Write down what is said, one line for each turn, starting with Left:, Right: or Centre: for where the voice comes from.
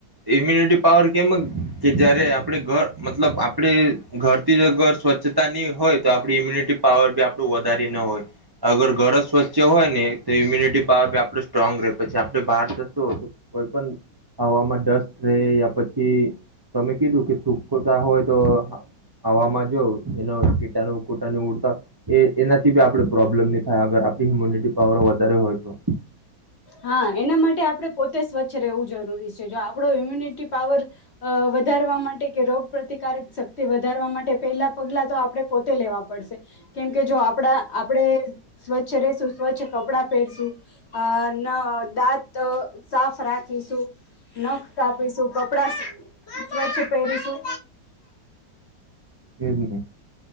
Right: ઈમ્યુનિટી પાવર કેમ કે જયારે આપણે ઘર મતલબ આપડે ઘરથી જ અગર સ્વચ્છતા નની હોય તો આપડી ઈમ્યુનિટી પાવર બી આપણું વધારે ના હોય. અગર ઘર જ સ્વચ્છ હોય ને તો ઇમ્યુનિટી પાવર બી આપું સ્ટ્રોંગ રહે પછી આપડે બહાર જશું તો કોઈ પણ હવામાં ડસ્ટ રહે યા પછી તમે કીધું કે તૂકો તા હોય તો હવામાં જો એનો કીટાણ કીટાણુ ઉડતા એ એનાથી બી આપડે પ્રોબ્લેમ નહીં થાય અગર આપણી હિમ્યુનિટી પાવર વધારે હોય તો.
Left: હા એના માટે આપણે પોતે સ્વચ્છ રહેવું જરૂરી છે. જો આપણો ઈમ્યુનિટી અ પાવર વધારવા માટે કે રોગ પ્ર્રતિકારક શક્તિ વધારવા માટે પહેલા પગલા તો આપણે પોતે લેવા પડશે કેમકે જો આપણા આપણે સ્વચ્છ રેશું, સ્વચ્છ કપડાં પહેરશું આ ના દાંત અ સાફ રાખીશું, નખ કાપીશું, કપડા સ્વચ્છ પહેરીશું.
Right: એ જ ને.